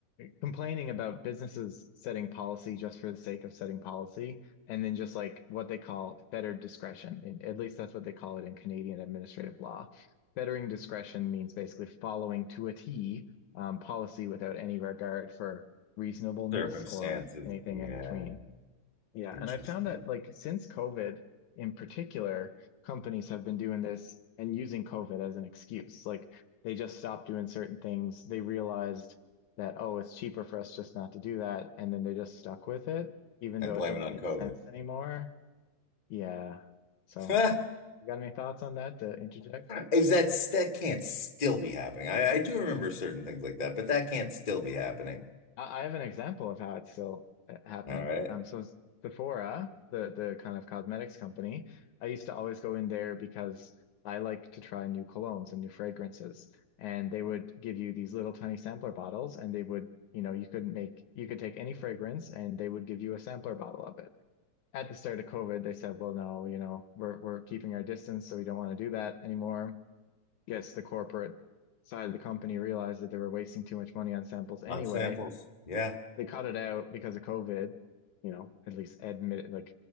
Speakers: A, on the left; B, on the left.
A: complaining about businesses setting policy just for the sake of setting policy and then just like what they call fettered discretion and at least that's what they call it in canadian administrative law fettering discretion means basically following to a t um, policy without any regard for reasonableness
B: Circumstances.
A: or anything
B: Yeah.
A: in between yeah,
B: Interesting.
A: and I found that like since COVID in particular, companies have been doing this and using COVID as an excuse. Like they just stopped doing certain things. They realized that, oh, it's cheaper for us just not to do that. And then they just stuck with it, even
B: And
A: though
B: blame
A: it doesn't
B: it on
A: make
B: COVID.
A: sense anymore. Yeah. So,
B: <laughs>
A: you got any thoughts on that to interject?
B: Is that that can't still be happening? I, I do remember certain things like that, but that can't still be happening.
A: I, I have an example of how it's still uh, happening.
B: All right.
A: Um, so s- Sephora, the the kind of cosmetics company, I used to always go in there because I like to try new colognes and new fragrances. And they would give you these little tiny sampler bottles, and they would, you know, you could make you could take any fragrance, and they would give you a sampler bottle of it. At the start of COVID, they said, well, no, you know, we're we're keeping our distance, so we don't want to do that anymore. Yes, the corporate side of the company realized that they were wasting too much money on samples anyway
B: On samples. Yeah.
A: they cut it out because of COVID, you know, at least admitted, like